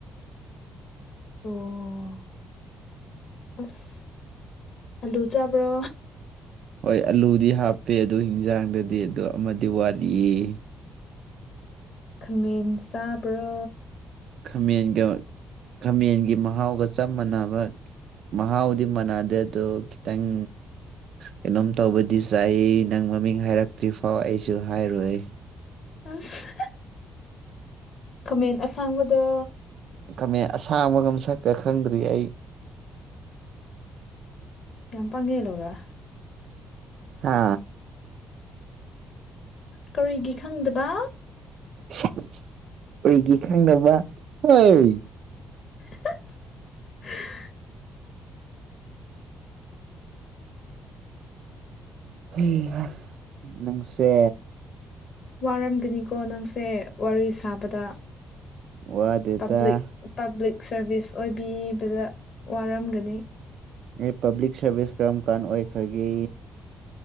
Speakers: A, on the left; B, on the right.
A: ꯑꯣ ꯑꯁ ꯑꯂꯨ ꯆꯥꯕ꯭ꯔꯣ
B: ꯍꯣꯏ ꯑꯂꯨꯗꯤ ꯍꯥꯞꯄꯦ ꯑꯗꯣ ꯍꯤꯟꯖꯥꯡꯗꯗꯤ ꯑꯗꯣ ꯑꯃꯗꯤ ꯋꯥꯠꯂꯤꯌꯦ
A: ꯈꯥꯃꯦꯟ ꯆꯥꯕ꯭ꯔꯣ
B: ꯈꯥꯃꯦꯟꯒ ꯈꯥꯃꯦꯟꯒꯤ ꯃꯍꯥꯎꯒ ꯆꯞ ꯃꯥꯟꯅꯕ ꯃꯍꯥꯎꯗꯤ ꯃꯥꯟꯅꯗꯦ ꯑꯗꯣ ꯈꯤꯇꯪ ꯀꯩꯅꯣꯝ ꯇꯧꯕꯗꯤ ꯆꯥꯏ ꯅꯪ ꯃꯃꯤꯡ ꯍꯥꯏꯔꯛꯇ꯭ꯔꯤ ꯐꯥꯎ ꯑꯩꯁꯨ ꯍꯥꯏꯔꯣꯏ
A: ꯑꯁ ꯈꯃꯦꯟ ꯑꯁꯡꯕꯗꯣ
B: ꯈꯃꯦꯟ ꯑꯁꯥꯡꯕꯒ ꯃꯁꯛꯀ ꯈꯪꯗ꯭ꯔꯤ ꯑꯩ
A: ꯌꯥꯝ ꯄꯪꯒꯦ ꯂꯨꯔ
B: ꯍꯥ
A: ꯀꯔꯤꯒꯤ ꯈꯪꯗꯕ
B: ꯁꯦꯁ ꯀꯩꯒꯤ ꯈꯪꯗꯕ ꯍꯣꯏ
A: <unintelligible>
B: ꯍꯩꯍꯥ ꯅꯪꯁꯦ
A: ꯋꯥꯔꯝꯒꯅꯤꯀꯣ ꯅꯪꯁꯦ ꯋꯥꯔꯤ ꯁꯥꯕꯗ
B: ꯋꯥꯗꯦꯗ
A: ꯄꯥꯕ꯭ꯂꯤꯛ ꯄꯕ꯭ꯂꯤꯛ ꯁꯔꯚꯤꯁ ꯑꯣꯏꯕꯤꯕꯗ ꯋꯥꯔꯝꯒꯅꯤ
B: ꯑꯩ ꯄꯥꯕ꯭ꯂꯤꯛ ꯁꯥꯔꯚꯤꯁ ꯀꯔꯝ ꯀꯥꯟ ꯑꯣꯏꯈ꯭ꯔꯒꯦ